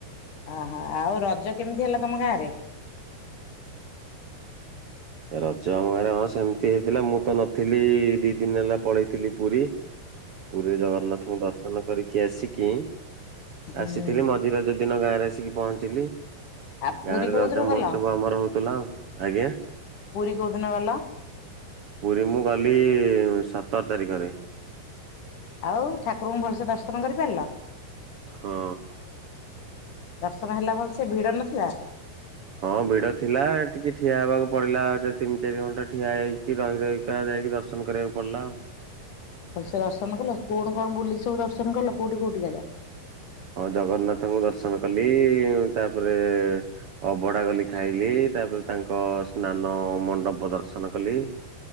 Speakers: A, on the left; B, on the right.
A: ଆହା ଉ ରଜ କେମିତି ହେଲା ତମ ଗାଁ ରେ?
B: ଏ ରଜ ଆମ ଘରେ ହଁ ସେମିତି ହେଇଥିଲା ମୁଁ ତ ନଥିଲି ଦି ଦିନ ହେଲା ପଳେଇଥିଲି ପୁରୀ।
A: ହ <inaudible>
B: ପୁରୀରେ ଜଗନ୍ନାଥଙ୍କୁ ଦର୍ଶନ କରିକି ଆସିକି
A: ହୁଁ
B: ଆସିଥିଲି ମଝି ରଜ ଦିନ ଗାଁରେ ଆସିକି ପହଞ୍ଚିଲି।
A: ଆଉ ପୁରୀ
B: ଗାଁ ରେ
A: କୋଉଦିନ
B: ରଜ
A: ଗଲ?
B: ମହୋତ୍ସବ ଆମର ହଉଥିଲା ଆଉ ଆଜ୍ଞା।
A: ପୁରୀ କଉଦିନ ଗଲ?
B: ପୁରୀ ମୁଁ ଗଲି ସତର ତାରିଖରେ।
A: ଆଉ ଠାକୁରଙ୍କୁ ଭଲସେ ଦର୍ଶନ କରିପାରିଲ?
B: ହଁ।
A: ଦର୍ଶନ ହେଲା ଭଲ ସେ ଭିଡ ନଥିଲା?
B: ହଁ ଭିଡ ଥିଲା ଟିକେ ଠିଆ ହେବାକୁ ପଡିଲା ତିନି ଚାରି ଘଣ୍ଟା ଠିଆ ହେଇକି ରହି ରହିକି ଯାଇକି ଦର୍ଶନ କରିବାକୁ ପଡ଼ିଲା ଆଉ।
A: ଭଲସେ ସେ ଦର୍ଶନ କଲ କଣ କଣ ବୁଲିକି ସବୁ ଦର୍ଶନ କୋଉି କୋଉଠି ଜାଗା?
B: ହଁ ଜଗନ୍ନାଥଙ୍କୁ ଦର୍ଶନ କଲି ତାପରେ ଅଭଢ଼ା ଗଲି ଖାଇଲି ତାପରେ ତାଙ୍କ ସ୍ନାନ ମଣ୍ଡପ ଦର୍ଶନ କଲି।